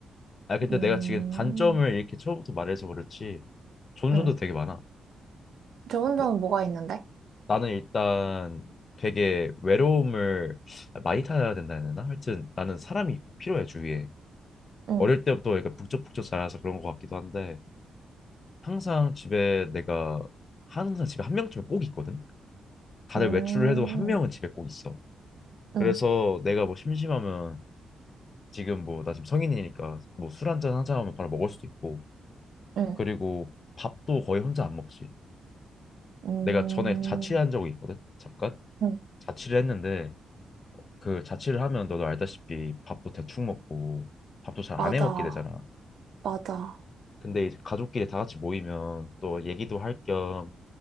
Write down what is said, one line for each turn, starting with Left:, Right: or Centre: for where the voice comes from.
Left: 아 근데
Right: 음,
Left: 내가 지금 단점을 이렇게 처음부터 말해서 그렇지 좋은
Right: 응.
Left: 점도 되게 많아.
Right: 좋은
Left: 나,
Right: 점은 뭐가 있는데?
Left: 나는 일단 되게 외로움을 많이 타야 된다 해야 되나? 하여튼 나는 사람이 꼭 필요해 주위에.
Right: 음,
Left: 어릴 때부터 약간 북적북적 자라서 그런 것 같기도 한데 항상 집에 내가 항상 집에 한 명쯤은 꼭 있거든. 다들
Right: 음,
Left: 외출을 해도 한 명은 집에 꼭 있어.
Right: 음,
Left: 그래서 내가 뭐 심심하면 지금 뭐 나 지금 성인이니까 뭐 술 한잔 하자 하면 바로 먹을 수도 있고
Right: 응,
Left: 그리고 밥도 거의 혼자 안 먹지.
Right: 음,
Left: 내가 전에 자취한 적이 있거든. 잠깐
Right: 응.
Left: 자취를 했는데 그 자취를 하면 너도 알다시피 밥도 대충 먹고 밥도 잘
Right: 맞아,
Left: 안 해 먹게 되잖아.
Right: 맞아,
Left: 근데 이제 가족끼리 다 같이 모이면 또 얘기도 할 겸